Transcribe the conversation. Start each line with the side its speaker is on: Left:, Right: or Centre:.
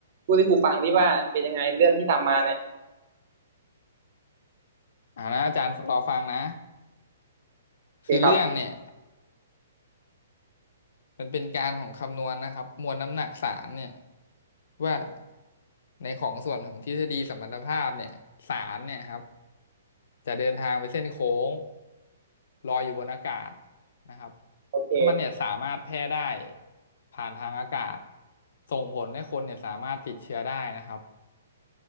Right: พูดให้ครูฟังดิว่าเป็นยังไงเรื่องที่ทำมาเนี่ย
Left: อ่านะอาจารย์รอฟังนะ
Right: โอเคครับ
Left: คือเรื่องเนี่ยมันเป็นการของคำนวณนะครับมวลน้ำหนักสารเนี่ยว่าในของส่วนของทฤษฎีสัมพัทธภาพเนี่ยสารเนี่ยครับ จะเดินทางไปเส้นโค้งลอยอยู่บนอากาศนะครับ
Right: โอเค
Left: แล้วมันเนี่ยสามารถแพร่ได้ผ่านทางอากาศส่งผลให้คนเนี่ยสามารถติดเชื้อได้นะครับ